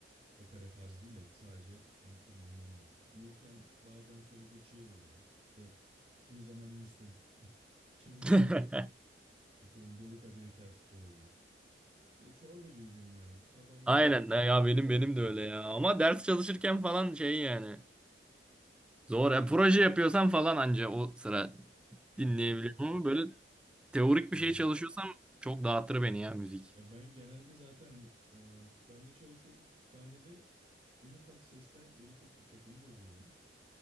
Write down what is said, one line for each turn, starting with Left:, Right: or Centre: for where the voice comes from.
Right: Opera tarzı değil de sadece enstrümanların olduğu. Uyurken bazen sözlü çığıl oluyor. İşte kimi zaman Müslüm, <laughs> kimi
Centre: <laughs>
Right: zaman işte atıyorum Dolu Kadehi Ters Tut olabilir. Böyle çorba gibi benim yani kafama
Centre: Aynen
Right: göre ya da
Centre: ya benim
Right: ne
Centre: benim
Right: eserse.
Centre: de öyle ya. Ama ders çalışırken falan şey yani. Zor. Ya, proje yapıyorsam falan anca o sıra
Right: Ya
Centre: dinleyebiliyorum
Right: şöyle
Centre: ama böyle teorik
Right: e,
Centre: bir şey çalışıyorsam çok dağıtır beni ya müzik.
Right: ya ben genelde zaten hani, e, kütüphanede çalışıyorum. Kütüphanede en ufak sesler böyle çok dikkatimi bozuyor benim.